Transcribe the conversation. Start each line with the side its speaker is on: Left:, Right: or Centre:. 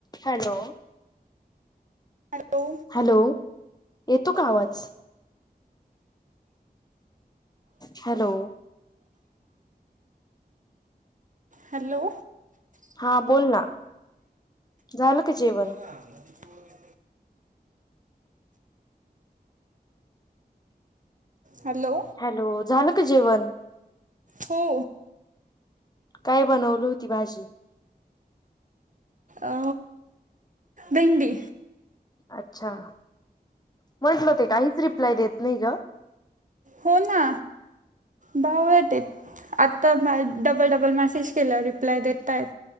Left: Hello
Right: hello
Left: hello येतो का आवाज हॅलो
Right: हॅलो
Left: हा बोल ना झालं का जेवण.
Right: ह मपर हॅलो
Left: हॅलो झालं का जेवण
Right: हो
Left: काय बनवली होती भाजी
Right: अ भंडी
Left: अच्छा म्हटलं ते काहीच रिप्लाय देत नाही ग
Right: होना बावटेत आत्ता डबल डबल मेसेज केलं रिप्लाय देताय